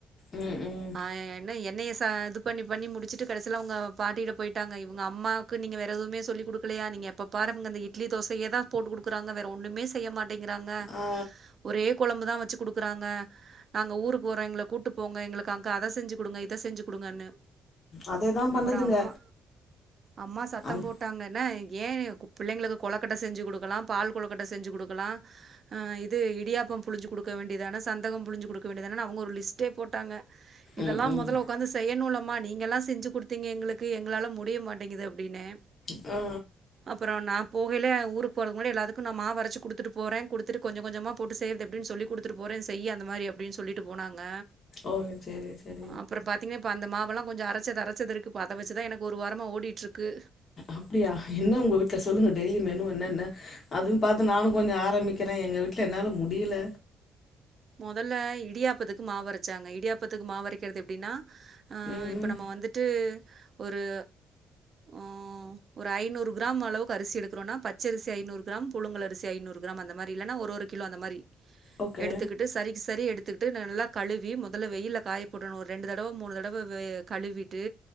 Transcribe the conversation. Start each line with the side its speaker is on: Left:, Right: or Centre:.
Left: ம் ம்
Right: ஆ என்ன என்னய ச இது பண்ணி பண்ணி முடிச்சிட்டு கடசில அவங்க பாட்டிட்ட போயிட்டாங்க இவுங்க அம்மா க்கு நீங்க வேற எதுவுமே சொல்லி குடுக்கலயா நீங்க எப்ப பாரு அவ்ங்க இந்த இட்லி தோசயேதா போட்டு குடுக்கறாங்க வேற ஒண்ணுமே செ ய்ய மாட்டேங்குறாங்க
Left: ஆ
Right: ஒரே கொழம்புதா வச்சி குடுக்கறாங்க நாங்க ஊருக்கு வர்றோ எங்கள கூட்டு போங்க எங்களுக்கு அங்க அத செஞ்சி குடுங்க இத செஞ்சி குடுங்கன்னு
Left: அதேதான் பண்ணுதுங்க
Right: அப்பறோ அம்மா அம்மா சத்தம்
Left: அந்
Right: போட் டாங்க என்ன ஏ பிள்ளைங்களுக்கு கொலக்கட்ட செஞ்சி குடுக்கலா பால் கொலுக்கட்ட செஞ்சி குடுக்கலா ஆ இது இடியாப்போ புழுஞ்சி குடுக்க வேண்டிதான சந்தகம் புழுஞ்சி குடுக்க வேண்டிதானன்னு அவங்க ஒரு லிஸ்ட் டே போட்டாங்க இதெல்லா
Left: ம் ம்
Right: மொதல்ல உக்காந்து செய்யனுல்லம்மா நீங்கல்லா செஞ்சி குடுத்தீங்க எங்களுக்கு எங்களால முடிய மாட்டேங்கிது அப்டின்னே
Left: ஆ
Right: அப்பறோ நா போகைல ஊருக்கு போறதுக்கு முன்னாடி எல்லாத்துக்கு நா மாவரச்சி குடுத்துட்டு போறே குடுத்துட்டு கொஞ்ச கொஞ்சமா போட்டு செய்றது எப்டின்னு சொல்லி குடுத்துட்டு போறே செய்யி அந்த மாரி அப்டின் சொல்லிட்டு போனாங்க
Left: ஓகே சேரி சேரி
Right: அப்பறோ பாத்தீங்கன்னா இப்ப அந்த மாவல்லா கொஞ்சோ அரச்சது அரச்சது இருக்கு இப்போ அத வச்சிதா எனக்கு ஒரு வாரமா ஓடிட்டுருக்கு
Left: அப்டியா என்ன உங்க வீட்ல சொல்லுங்க டெய்லி மெனு என்ன என்ன அதுவு பாத்து நானு கொஞ்சோ ஆரம்மிக்கிறே எங்க வீட்ல என்னால முடியல
Right: மொதல்ல இடியாப்பத்துக்கு மாவரச்சாங்க இடியாப்பத்துக்கு மாவரைக்கர்து எப்டின்னா ஆ
Left: ம்
Right: இப்ப
Left: ம்
Right: நம்ம வந்துட்டு ஒரு ஆ ஒரு ஐநூறு கிராம் அளவுக்கு அரிசி எடுக்குறோன்னா பச்சரிசி ஐநூறு கிராம் புழுங்கலரிசி ஐநூறு கிராம் அந்த மாரி இல்லன்னா ஒரு ஒரு கிலோ அந்த மாரி
Left: ஓகே
Right: எடுத்துக்கிட்டு சரிக்கு சரி எடுத்துக்கிட்டு நல்லா கழுவி மொதல்ல வெயில்ல காய போடனு ஒரு ரெண்டு தடவ மூணு தடவ கழுவிட் ட்டு